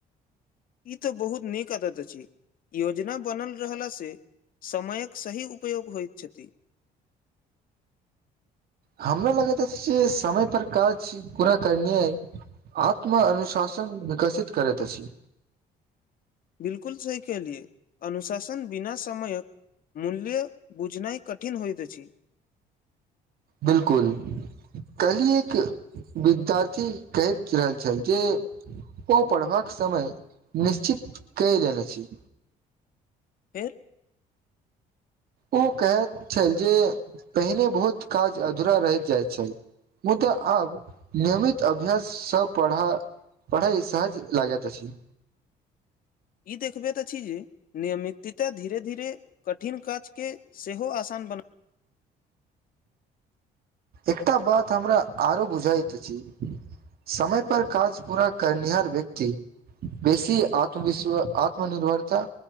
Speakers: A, on the left; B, on the right.
A: ई तऽ बहुत नीक आदत अछि योजना बनल रहास से। समयक सही उपयोग होइत छथि
B: हमरा लगैत अछि जे समय पर काज पूरा करनिअइ आत्म अनुशासन विकसित करैत अछि
A: बिलकुल सी केहलियै अनुशासन बिना समायक मूल्य बुझनाइ कठिन होइत अछि
B: बिलकुल कल्हि एक विद्यार्थी कहैत रहल छल जे ओ पढ़बाक समय निश्चित कैय लेल छी
A: फेर
B: ओ कहैत छल जे पहिने बहुत काज अधूरा रहि जाइत छल मुदा आब नियमित अभ्याससँ पढ़ा पढ़ाइ सहज लागैत अछि
A: ई देखबेत अछि जे नियमितता धीरे - धीरे कठिन काज केँ सेहो आसान बना
B: एकटा बात हमरा आरो बुझाइत अछि समय पर काज पूरा करनिहार व्यक्ति बेसी आत्मवश विश्वा - आत्मनिर्भरता